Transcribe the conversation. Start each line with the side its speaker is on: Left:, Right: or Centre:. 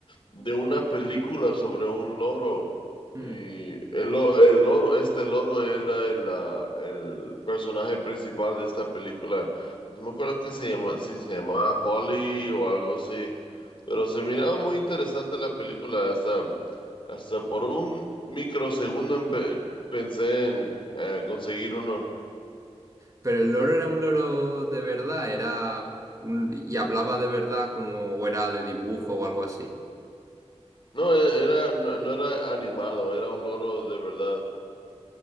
Left: de una película sobre un loro.
Right: Mm.
Left: Y el, lo- el loro, este loro era el, ah, el personaje principal de esta película. No me acuerdo qué se llama, si se llamaba Polly o algo así. Pero se miraba muy interesante la película. Hasta, hasta por un microsegundo empe- pensé en eh, conseguir uno.
Right: Pero el loro era un loro de verdad, era un- y hablaba de verdad como o era de dibujo o algo así.
Left: No, e- era, no, no era animado, era un loro de verdad.